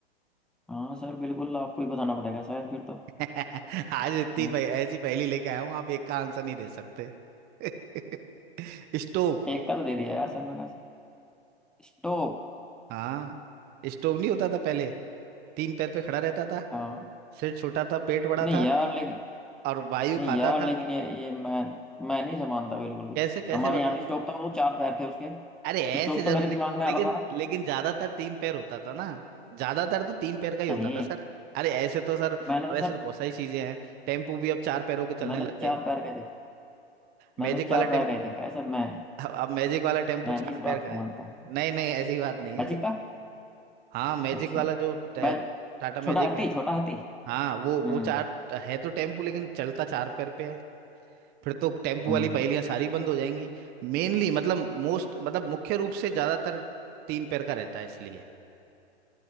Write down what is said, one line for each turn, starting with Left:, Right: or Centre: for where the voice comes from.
Centre: हाँ सर बिल्कुल आपको ही बताना पड़ेगा शायद फिर तो
Right: <laughs> आज इतनी
Centre: हम्म,
Right: पह, ऐसी पहेली लेके आया हूं आप एक का आंसर नहीं दे सकते <laughs> स्टोव
Centre: एक का तो दे दिया यार सर मैंने स्टोव
Right: हाँ स्टोव नहीं होता था पहले तीन पैर पे खड़ा रहता था
Centre: हाँ
Right: सिर छोटा था पेट बड़ा
Centre: नहीं
Right: था
Centre: यार लेकिन
Right: और वायु
Centre: नहीं
Right: खाता
Centre: यार
Right: था
Centre: लेकिन ये ये मैं मैं नहीं समानता बिल्कुल
Right: कैसे
Centre: भी
Right: कैसे
Centre: हमारे
Right: बताओ
Centre: यहाँ भी स्टोव था वो चार पैर थे उसके
Right: अरे ऐसे
Centre: स्टोव
Right: जरूरी
Centre: तो मेरे
Right: नहीं
Centre: दिमाग में
Right: लेकिन
Centre: आ रहा था
Right: लेकिन ज्यादातर तीन पैर होता था ना ज्यादातर तो तीन पैर का ही होता
Centre: नहीं
Right: था सर अरे ऐसे तो सर
Centre: मैंने तो
Right: वैसे
Centre: सर
Right: तो बहुत सारी चीजें हैं टेम्पू भी अब चार पैरों के चलने
Centre: मैंने
Right: लग
Centre: तो चार
Right: गए
Centre: पैर का ही देखा मैंने
Right: मैजिक
Centre: तो चार
Right: वाला टेम्पू
Centre: पैर का ही देखा है सर मैं
Right: अब, अब मैजिक वाला टेम्पू
Centre: मैं नहीं
Right: चार
Centre: इस
Right: पैर
Centre: बात
Right: का
Centre: को मानता
Right: है
Centre: हूँ
Right: नहीं नहीं ऐसी बात नहीं है
Centre: मैजिक
Right: सर
Centre: का
Right: हाँ मैजिक
Centre: अच्छा
Right: वाला जो टे-
Centre: मैं
Right: टाटा मैजिक
Centre: छोटा हाथी
Right: है
Centre: छोटा हाथी
Right: हाँ वो वो
Centre: हम्म
Right: चार है तो टेम्पू लेकिन चलता चार पैर पे है फिर तो टेम्पू
Centre: हम्म
Right: वाली पहेलियां सारी बंद हो जाएंगी मेनली मतलब मोस्ट मतलब मुख्य रूप से ज्यादातर तीन पैर का रहता है इसलिए